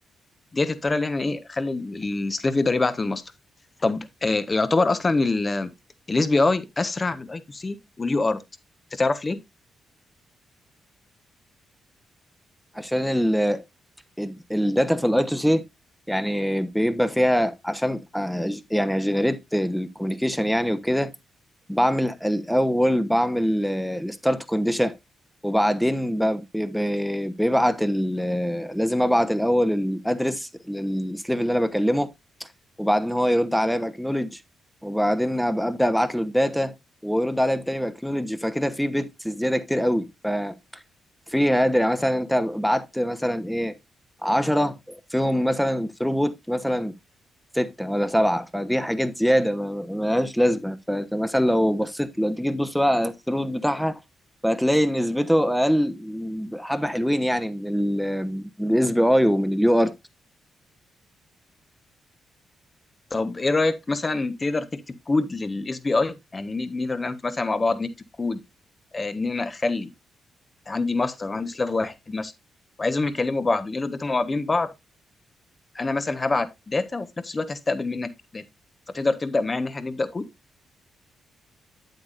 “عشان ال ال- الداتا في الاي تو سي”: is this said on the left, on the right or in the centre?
Centre